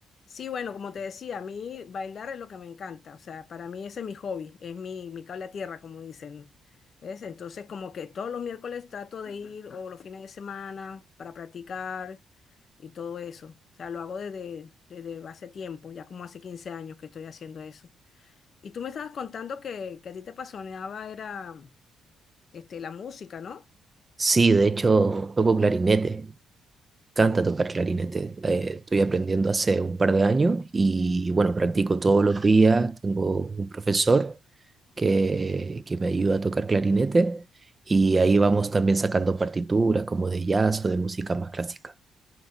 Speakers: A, on the left; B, on the right.
A: Sí, bueno, como te decía, a mí bailar es lo que me encanta, o sea, para mí ese es mi hobby, es mi, mi cable a tierra, como dicen. ¿Ves? Entonces, como que todos los miércoles trato de ir o los fines de semana para practicar y todo eso. O sea, lo hago desde, desde hace tiempo, ya como hace 15 años que estoy haciendo eso. Y tú me estabas contando que, que a ti te apasionaba era este, la música, ¿no?
B: Sí, de hecho toco clarinete, canta tocar clarinete. Eh, estoy aprendiendo hace un par de años y bueno, practico todos los días. Tengo un profesor que, que me ayuda a tocar clarinete y ahí vamos también sacando partituras como de jazz o de música más clásica.